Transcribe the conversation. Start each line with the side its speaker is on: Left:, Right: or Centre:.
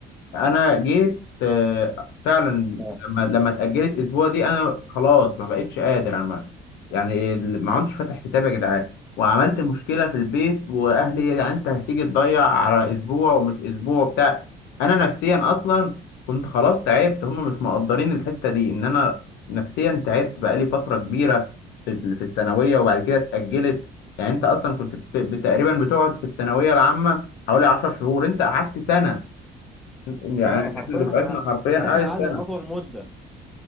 Left: انا جيت آه، فعلا
Centre: اه
Left: لما لما اتاجلت اسبوع دي انا خلاص ما بقتش قادر انا ما- يعني ال- ما عدتش فاتح كتاب يا جدعان وعملت مشكله في البيت واهلي يا جدعان انت هتيجي تضيع على اسبوع ومش اسبوع بتاع انا نفسيا اصلا كنت خلاص تعبت هم مش مقدرين الحته دي ان انا نفسيا تعبت بقالي فتره كبيره في ال- في الثانويه وبعد كده اتاجلت يعني انت اصلا كنت بت- تقريبا بتقعد في الثانويه العامه حوالي 10 شهور انت قعدت سنه يعني
Centre: آه، حرفيا
Left: احنا دفعتنا
Centre: احنا
Left: حرفيا
Centre: دفعتنا
Left: قعدت
Centre: قعدت
Left: سنه
Centre: اطول مده